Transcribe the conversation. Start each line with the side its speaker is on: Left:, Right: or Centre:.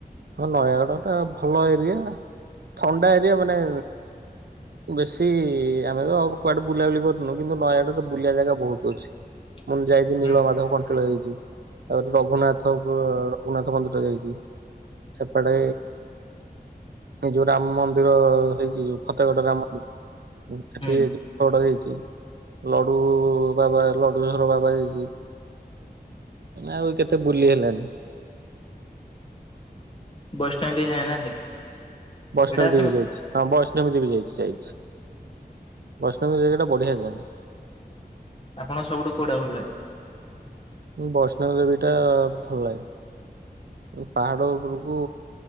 Right: ହଁ ନୟାଗଡ଼ ଟା ଭଲ ଏରିଆ, ଥଣ୍ଡା ଏରିଆ ମାନେ ବେଶୀ ଆମେତଉ କୁଆଡେ ବୁଲାବୁଲି କରୁନୁ କିନ୍ତୁ ନୟାଗାଡ ରେ ବୁଲିଆ ଜାଗା ବହୁତ ଅଛି।
Left: <inaudible>
Right: ମୁଁ ଯାଇଛିି ନୀଳ
Left: ହୁଁ।
Right: ମାଧବ କଣ୍ଟିଳ ଯାଇଛି ତାପରେ ରଘୁନାଥପୁ ରଘୁନାଥ ମନ୍ଦିର ଯାଇଛି। ଶେପାଟେ ଏ ଯୋଉ ରାମ ମନ୍ଦିର ହେଇଚି ଜୋଉ ଫତେଗଡ ଗାମ ମନ୍ଦିର ସେଠିକି
Left: ହୁଁ
Right: ଜା ଫତେଗଡ ଜାଇଛି ଲଡୁ ବାବା ଲଡୁଝର ବାବା ଜାଇଛି। ଆଉ କେତେ ବୁଲି ହେଲାନି।
Left: ବୈଷ୍ଣବଦେଇ ଯାଇନାହାନ୍ତି?
Right: ବୈଷ୍ଣବଦେବୀ
Left: ଏଇଟା ତ
Right: ଯାଇଛି। ହଁ ବୈଷ୍ଣବୀ ଦେବୀ ଯାଇଛି ଯାଇଛି। ବୈଷ୍ଣବୀ ଦେବୀ ଟା ବଢିଆ ଜାଗା।
Left: ଆପଣ ସବୁଠୁ କୋଉଟା ଭଲ ଲାଗେ?
Right: ବୈଷ୍ଣବ ଦେବୀ ଟା ଭଲ ଲାଗେ ପାହାଡ ଉପରକୁ